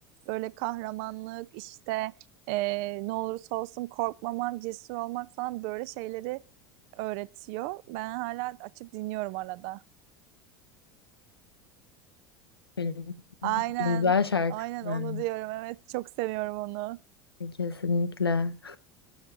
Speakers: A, on the right (about 50°); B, on the left (about 90°).
A: Böyle kahramanlık işte e, ne olursa olsun korkmamak, cesur olmak falan böyle şeyleri öğretiyor. Ben hala açıp dinliyorum arada.
B: Benim
A: Aynen.
B: güzel şarkılar
A: Aynen onu diyorum. Evet çok seviyorum onu.
B: yani, kesinlikle.